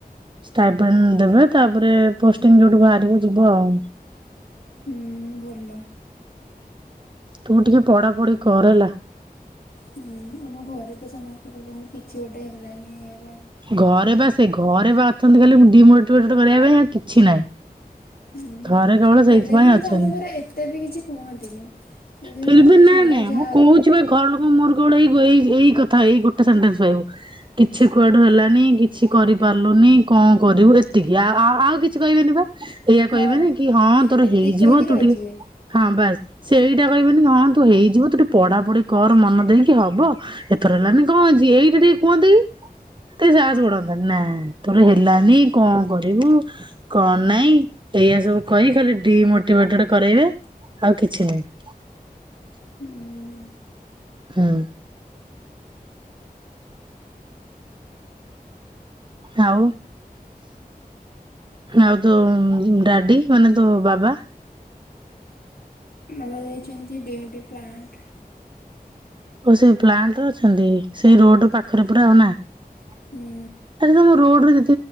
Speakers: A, on the right; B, on the left.
A: ଷ୍ଟାଇପିନ ଦେବେ ତାପରେ ପୋଷ୍ଟିଙ୍ଗ ଯୋଉଠୁ ବାହାରିବ ଯିବ ଆଉ।
B: ହୁଁ ଭଲ।
A: ତୁମ ଟିକେ ପଢାପଢି କର ହେଲା।
B: ହୁଁ ଆମ ଘରେ ତ ସମସ୍ତେ କହୁଛନ୍ତି କିଛି ଗୋଟେ ହେଲାନି। ଏ
A: ଘରେ ବା ସେ ଘରେ ବା ଅଛନ୍ତି ଖାଲି ମୁ ଡିମୋଟିଭେଟ କରିବା ପାଇଁଉ କିଛି ନାହିଁ।
B: ହୁଁ
A: ଥରେ କେବଳ
B: ହେଲେ
A: ସେଇଥିପାଇଁ
B: ବି କିନ୍ତୁ
A: ଅଛନ୍ତି।
B: ଆମ ଘରେ ଏତେ ବି କିଛି କୁହନ୍ତିନି। ଯଦି
A: ଫର
B: ହଉ
A: ବି ନା
B: ଛାଡ଼
A: ଇଁ ନାଇଁ
B: ଯାହା
A: ମୁଁ କହୁଛି ବା ଘର ଲୋକ ମୋର କେବଳ ଏଇ ଏଇ କଥା ଏଇ ଗୋଟେ ସେଣ୍ଟେନ୍ସ ପାଇବୁ କିଛି କୁଆଡୁ ହେଲାନି କିଛି କରିପାରିଲୁନି କଣ କର କରିବୁ ଏତିକି ଆଉ ଆଉ କିଛି କହିବେନି ବା। ଏଇଆ
B: ହଁ
A: କହିବେନି କି ହଁ ତୋର
B: ଏତିକି
A: ହେଇଯିବ
B: କହିକି ରହିଯିବେ
A: ତୁ ଟିକେ ହଁ ବାସ ସେଇଟା କହିବେନି ହଁ ତୁ ହେଇଯିବ ତୁ ଟେ ପଢାପଢି କର ମନ ଦେଇକି ହବ ଏଥର ହେଲାନି କଣ ଅଛି। ଏଇଟା ଟଠିକ କୁହନ୍ତି। ସେ ସାହସ ପଡନ୍ତତା ନା ତୋର ହେଲାନି କଣ କରିବୁ କଣ ନାଇଁ ଏଇୟଆ ସବୁ କହି ଖାଲି ଡିମୋଟିଭେଟଡ କରାଇବେ ଆଉ କିଛି ନାହିଁ।
B: ହୁଁ
A: ହୁଁ। ଆଉ ଆଉ ତ ଡାଡି ମାନେ ତୋ ବାବା?
B: ଆବା ଯାଇଛନ୍ତି ଡିଉଟି ପ୍ଲାଣ୍ଟ।
A: ଓ ସେ ପ୍ଲାଣ୍ଟ ଅଛନ୍ତି ସେଇ ରୋଡ ପାଖରେ ପୁରା ଆଉ ନା। ଆରେ
B: ହୁଁ
A: ତମ ରୋଡରେ